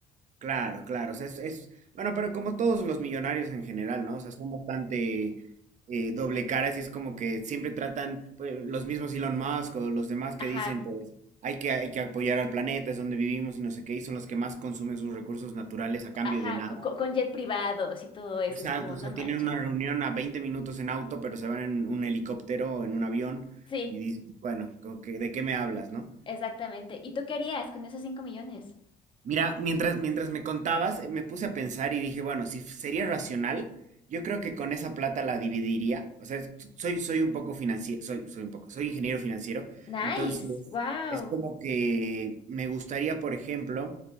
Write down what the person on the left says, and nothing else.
Ajá,
ajá,
co- co- con, jet privados y todo eso,
es como,
no
manchen.
Sí,
exactamente. ¿Y tú qué harías con esos cinco millones?
Nice,
wow.